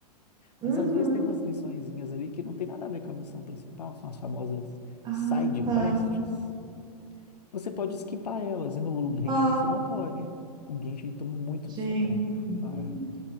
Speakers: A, on the right (about 20°); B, on the left (about 80°).
A: uhum.
B: Mas às vezes tem umas missõezinhas ali que não tem nada a ver com a missão principal, são as famosas
A: Ah,
B: side
A: tá.
B: quests. Você pode skipar elas, e no Genshin
A: Ó,
B: você não pode. O Genshin ele toma muito
A: gente.
B: do seu tempo.
A: Ih,
B: Ah, É.